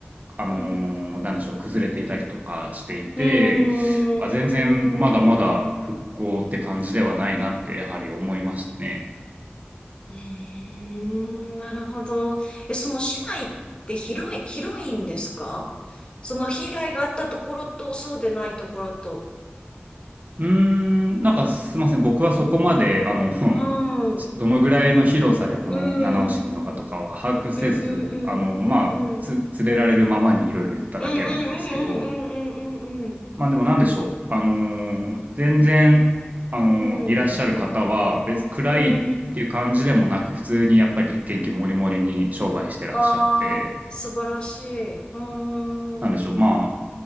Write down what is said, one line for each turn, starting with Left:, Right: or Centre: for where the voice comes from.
Right: あの、
Left: うん、
Right: なんでしょう、崩れていたりとかしていて、
Left: うん、
Right: あ、
Left: うん、
Right: 全然まだまだ復興って感じではないなってやはり思いましたね。
Left: うん、うん、なるほど。え、その市内って広い、広いんですかその被害があったところと、そうでないところと。
Right: うーん、なんかすいません。僕はそこまで、あの、<laughs>
Left: うん、うん、
Right: どのぐらいの広さでこの七押しっていうのかとかは把握せず、
Left: うん、うん、う
Right: あの、
Left: ん、
Right: まあ、
Left: うん、うん、
Right: つ、連れられるままにいろいろ行っただけなんですけど、
Left: うん、うん、うん、うん、うん、
Right: まあでもなんでしょう。あのー、全然、あのー、
Left: うん、
Right: いらっしゃる方は別に暗いっていう感じでもなく、
Left: うん、うん、うん、
Right: 普通にやっぱり元気もりもりに商売してらっしゃって、
Left: あー、素晴らしい。うーん、
Right: なんでしょう。
Left: う
Right: まあ、